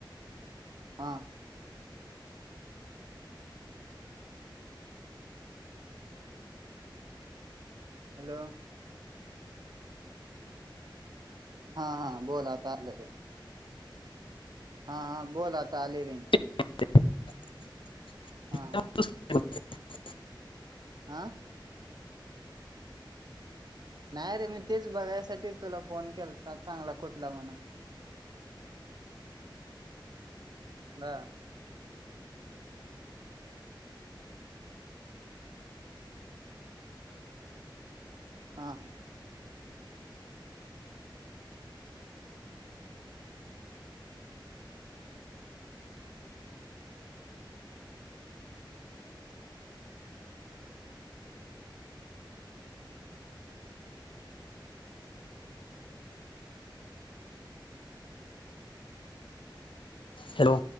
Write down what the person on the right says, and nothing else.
हां. हॅलो! हा हा बोल आता आली रिंग. हा हा, बोल आता आली रिंग.
हा. हा.
आ? नाही रे मी तेच बघायसाठीच तुला फोन केलता, चांगला कुठला म्हणून? बर. हां हां.